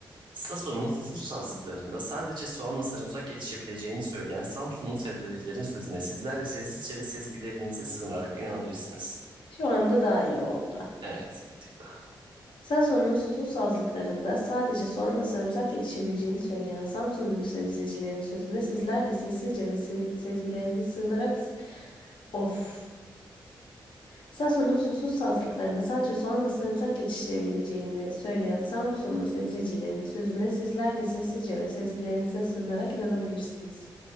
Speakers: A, on the right (about 65°); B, on the left (about 70°).
A: Sason'un susuz sazlıklarında sadece soğanla sarımsak yetişebileceğini söyleyen Samsunlu sebzecilerin sözüne sizler de sessizce ve sezgilerinize sığınarak inanabilirsiniz.
B: Şu anda daha iyi oldu.
A: Evet, bir tık daha iyi.
B: Sason'un susuz sazlıklarında sadece soğanla sarımsak yetişebileceğini söyleyen Samsunlu sebzecilerin sözüne sizler de sessizce ve se- sezgilerinize sığınarak... s- Of. Sason'un susuz sazlıklarında sadece soğanla sarımsak yetiştirebileceğini söyleyen Samsunlu sebzecilerin sözüne sizler de sessizce ve sezgilerinize sığınarak inanabilirsiniz.